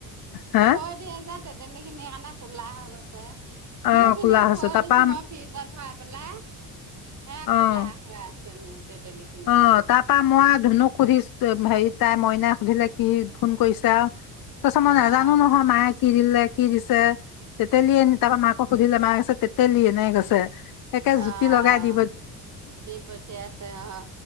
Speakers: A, on the left; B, on the right.
A: হে
B: থৈ দিয়া যোয় তেতেখিনি সেইকাৰণে কোলা হ কৈছে
A: অ
B: মোক কিন্তু
A: কোলা হৈছে
B: থৈ
A: তাৰপা
B: দিছো মই ফ্ৰিজত ভৰাই পেলাই হে
A: অ
B: কোলা হৈ আছে। টেমন তেঁতেলী খিনিও
A: অ তাৰ পৰা মই ধুনুক শুদিছে, হেৰি তাই মইনাই সুধিলে কি ফোন কৰিছা আও তাৰপাছত মই
B: অ'।
A: নাজানো নহয় মায়ে কি দিলে, কি দিছে চে তেঁতেলী আনি তাৰ পৰা মাকক সুধিলে মায়ে, তাৰপাছত তেঁতেলী এনেকে কৈছে। একে
B: অহ,
A: জুতি লগাই দি
B: দি পঠিয়াইছে আও